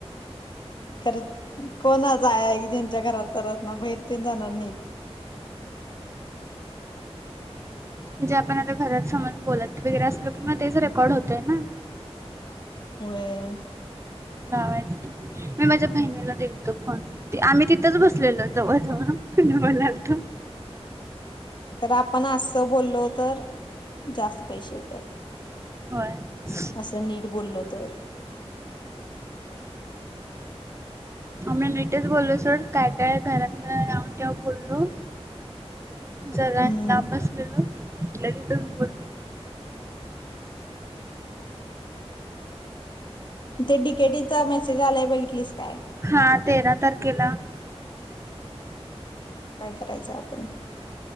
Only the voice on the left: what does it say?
खरं कोणाच आहे ज्यांच्या घरात तरच ना बाहेर तेन जाणार नाहीत
होय
तर आपण अस बोललो तर जास्त पैसेे येत्यात
असं नीट बोललो तर
हम्म.
ते डीकेटीचा मेसेज आलाय बघितलीस काय
काय करायचं आपण